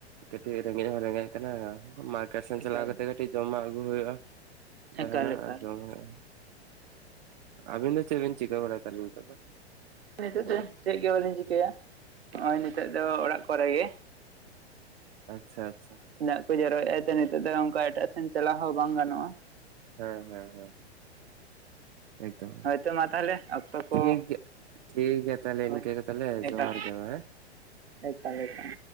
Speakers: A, on the right; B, on the right.
A: ᱠᱟᱹᱴᱤᱡ ᱨᱮᱸᱜᱮᱡ ᱦᱚᱸ ᱨᱮᱸᱜᱮᱡ ᱠᱟᱱᱟ ᱢᱟᱨᱠᱮᱴ ᱥᱮᱱ ᱪᱟᱞᱟᱣ
B: ᱮᱠᱟᱞ
A: ᱠᱟᱛᱮ ᱠᱟᱹᱴᱤᱡ ᱡᱚᱢᱟᱜ ᱟᱹᱜᱩ ᱦᱩᱭᱩᱜᱼᱟ ᱡᱟᱦᱟᱱᱟᱜ
B: ᱮᱠᱟᱞ ᱮᱠᱟᱞ
A: ᱟᱨ ᱡᱚᱢ ᱦᱩᱭᱩᱜᱼᱟ᱾ ᱟᱵᱤᱱ ᱫᱚ ᱪᱮᱫ ᱵᱤᱱ ᱪᱤᱠᱟᱹ ᱵᱟᱲᱟᱭᱟ ᱛᱟᱞᱦᱮ ᱱᱤᱛᱳᱜ ᱫᱚ?
B: ᱱᱤᱛᱚᱜ ᱫᱚ ᱪᱮᱫ ᱜᱮ ᱵᱟᱹᱞᱤᱧ ᱪᱤᱠᱟᱹᱭᱟ ᱦᱚᱸᱜᱼᱚᱭ ᱱᱤᱛᱚᱜ ᱫᱚ ᱚᱲᱟᱜ ᱠᱚᱨᱮ ᱜᱮ᱾
A: ᱟᱪᱪᱷᱟ ᱟᱪᱪᱷᱟ᱾
B: ᱫᱟᱜ ᱠᱚ ᱡᱟᱨᱚᱭᱮᱫᱼᱟ ᱛᱚ ᱱᱤᱛᱚᱜ ᱫᱚ ᱚᱱᱠᱟ ᱮᱴᱟᱜ ᱥᱮᱱ ᱪᱟᱞᱟᱣ ᱦᱚᱸ ᱵᱟᱝ ᱜᱟᱱᱚᱜᱼᱟ᱾
A: ᱦᱮᱸ ᱦᱮᱸ ᱦᱮᱸ ᱮᱫᱚᱢ,
B: ᱦᱳᱭᱛᱚ ᱢᱟ ᱛᱟᱦᱚᱞᱮ ᱚᱠᱛᱚ ᱠᱚ
A: ᱴᱷᱤᱠ ᱜᱮᱭᱟ᱾ ᱴᱷᱤᱠ ᱜᱮᱭᱟ ᱛᱟᱞᱦᱮ
B: ᱦᱳᱭ
A: ᱤᱱᱠᱟᱹ ᱜᱮ ᱛᱟᱞᱦᱮ, ᱡᱚᱦᱟᱨ
B: ᱮᱠᱟᱞ
A: ᱜᱮ ᱢᱟ, ᱦᱮᱸ?
B: ᱮᱠᱟᱞ ᱮᱠᱟᱞ᱾